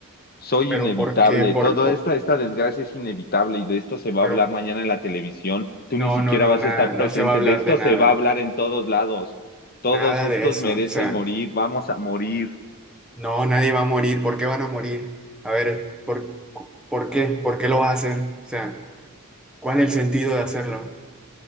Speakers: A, on the left (about 45°); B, in the centre.
A: soy
B: Pero
A: inevitable,
B: ¿por qué? Por,
A: toda
B: po-
A: esta, esta desgracia es inevitable y de esto se va
B: pero
A: a hablar mañana en la televisión, tú
B: no,
A: ni siquiera
B: no, no,
A: vas
B: nada,
A: a estar
B: no
A: presente,
B: se va a hablar
A: de esto
B: de nada.
A: se va a hablar en todos lados, todos
B: Nada
A: estos
B: de eso.
A: merecen
B: O sea,
A: morir, vamos a morir,
B: no, nadie va a morir. ¿Por qué van a morir? A ver, ¿por, por qué? ¿Por qué lo vas a hacer? O sea, ¿cuál es el sentido de hacerlo?